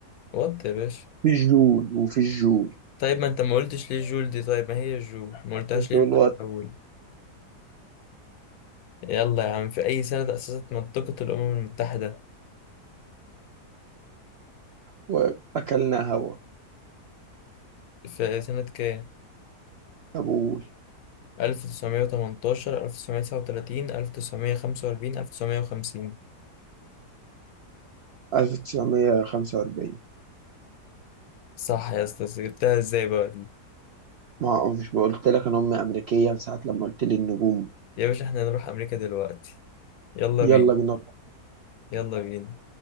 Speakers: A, on the left; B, on the right.
A: وات يا باشا
B: في الجول وفي الجول
A: طيب ما أنت ما قلتش ليه جول دي طيب ما هي جول ما قلتهاش ليه
B: طول
A: من
B: الوقت
A: الأول يلا يا عم في أي سنة تأسست منطقة الأمم المتحدة
B: وأكلنا هوا
A: في سنة كام
B: كابول
A: 1918 1939 1945 1950
B: 1945
A: صح يا أستاذ جبتها إزاي بقى دي
B: ما هو مش قلت لك أنا أمي أمريكية ساعة لما قلت لي النجوم
A: يا باشا إحنا هنروح أمريكا دلوقتي يلا
B: يلا
A: بينا
B: بينا
A: يلا بينا